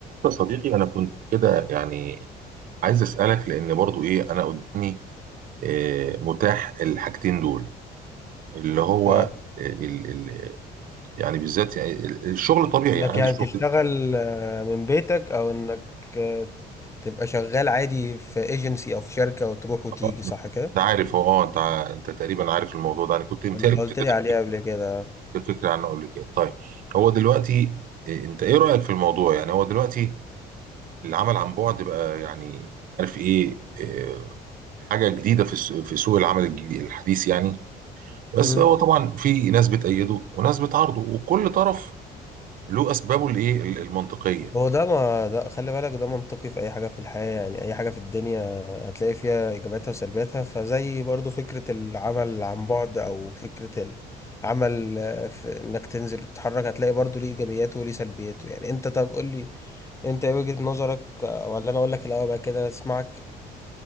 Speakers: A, on the right; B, on the left.
A: يا صديقي انا كنت كده يعني عايز اسالك لان برضو ايه انا قدامي آه، متاح الحاجتين دول اللي هو
B: اه
A: آه، ال ال يعني بالذات يعني ال- الشغل طبيعي
B: انك
A: يعني عندي
B: يعني
A: الشغل
B: تشتغل آه، من بيتك او انك آه، تبقى شغال عادي في ايجنسي او في شركة وتروح وتيجي
A: آه،
B: صح
A: انت
B: كده
A: عارف هو اه انت ع- انت تقريبا عارف الموضوع ده انا كنت متهيألي
B: انت
A: كنت
B: قلت
A: اديتك
B: لي عليه قبل كده
A: فكره عنه قبل كده طيب هو دلوقتي آه، انت ايه رايك في الموضوع يعني هو دلوقتي العمل عن بعد بقى يعني عارف ايه آه، حاجه جديده في الس- في سوق العمل الجديد- الحديث يعني بس
B: امم
A: هو طبعا في ناس بتأيده وناس بتعارضه وكل طرف له اسبابه الايه ال- المنطقيه
B: هو ده ما ده خلي بالك ده منطقي في اي حاجة في الحياة يعني اي حاجة في الدنيا هتلاقي فيها ايجاباتها وسلبياتها فزي برضو فكرة العمل عن بعد او فكرة العمل آه، في انك تنزل وتتحرك هتلاقي برضو ليه ايجابياته وليه سلبياته يعني انت طب قول لي انت ايه وجهة نظرك آه، ولا انا اقول لك الاول بقى كده اسمعك